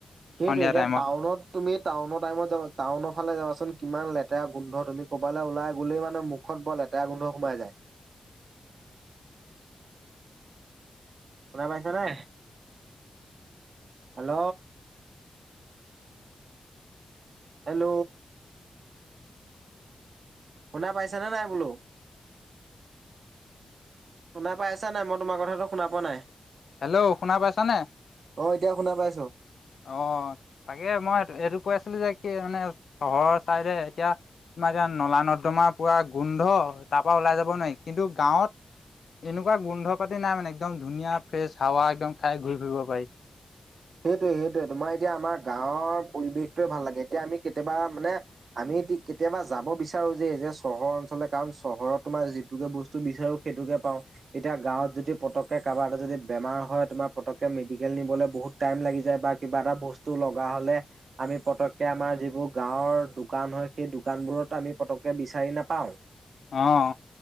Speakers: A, on the right; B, on the left.
A: সেইটোয়ে,
B: সন্ধিয়া
A: এতিয়া
B: টাইমত
A: টাউনত তুমি টাউনৰ টাইমত যাব টাউনৰ ফালে যাবাচোন কিমান লেতেৰা গোন্ধ তুমি ক'বালে ওলাই গ'লেই মানে মু খত বৰ লেতেৰা গোন্ধ সোমাই যায়। শুনা পাইছা নে? হেল্ল'। হেল্ল'। শুনা পাইছা নে নাই বোলো? শুনা পাই আছা নাই, মই তোমাৰ কথাটো শুনা পোৱা নাই।
B: হেল্ল', শুনা পাইছানে?
A: অ এতিয়া শুনা পাইছো।
B: অ', তাকে মই এইটো কৈ আছিলো যে কি মানে চহৰৰ চাইদে এতিয়া তোমাৰ এতিয়া নলা-নৰ্দমাৰ পুৰা গোন্ধ তাৰ পৰা ওলাই যাব নোৱাৰি। কিন্তু গাঁৱত এনেকুৱা গোন্ধ পাতি নাই মানে একদম ধুনীয়া ফ্ৰেছ হাৱা একদম খাই ঘূৰি ফুৰিব পাৰি।
A: সেইটোৱে, সেইটোৱে, তোমাৰ এতিয়া আমাৰ গাঁৱৰ পৰিৱেশটোৱে ভাল লাগে। এতিয়া আমি কেতিয়াবা মানে আমি টি কেতিয়াবা যাব বিচাৰোঁ যে এই যে চহৰ অঞ্চলে কাৰণ চহৰত তোমাৰ যিটোকে বচ টো বিচাৰোঁ সেইটোকে পাওঁ। এতিয়া গাঁৱত যদি পতককে কাৰবা এটা যদি বেমাৰ হয়, তোমাৰ পতককে মেডিকেল নিবলে বহুত টাইম লাগি যায় বা কিবা এটা বস্তু লগা হ'লে আমি পতককে আমাৰ যিবোৰ গাঁৱৰ দোকান হয়, সেই দোকানবোৰত আমি পতককে বিচাৰি নাপাওঁ।
B: অঁ।